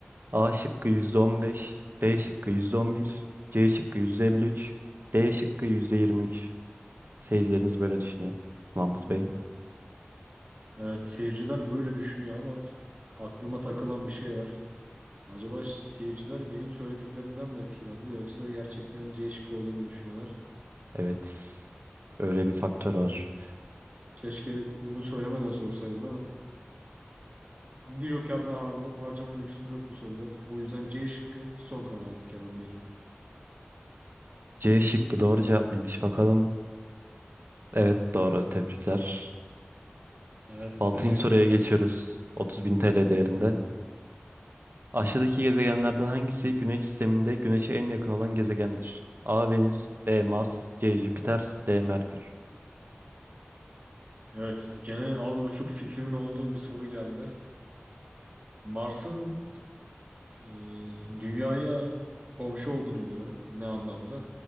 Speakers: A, on the right (about 60°); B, on the right (about 40°).
A: A şıkkı %15, B şıkkı %11, C şıkkı %53, D şıkkı %23. Seyircilerimiz böyle düşünüyor. Mahmut
B: Hmm,
A: Bey.
B: Evet seyirciler böyle düşünüyor ama aklıma takılan bir şey var. Acaba seyirciler benim söylediklerinden mi etkilendi yoksa gerçekten C şıkkı olduğunu mu düşünüyorlar?
A: Evet. Öyle bir faktör var.
B: Keşke bunu söylemeden sorsaydım ama bir joker daha harza- harcama lüksüm yok bu soruda. O yüzden C şıkkı son kararım Kenan Bey.
A: C şıkkı doğru cevap mıymış bakalım. Evet doğru. Tebrikler.
B: Evet,
A: Altıncı
B: teşekkür
A: soruya
B: ederim.
A: geçiyoruz. 30.000 TL değerinde. Aşağıdaki gezegenlerden hangisi Güneş sisteminde Güneş'e en yakın olan gezegendir? A. Venüs B. Mars C. Jüpiter D. Merkür
B: Evet gene az buçuk fikrimin olduğu bir soru geldi. Mars'ın e, dünyaya komşu olduğunu biliyorum. Ne anlamda?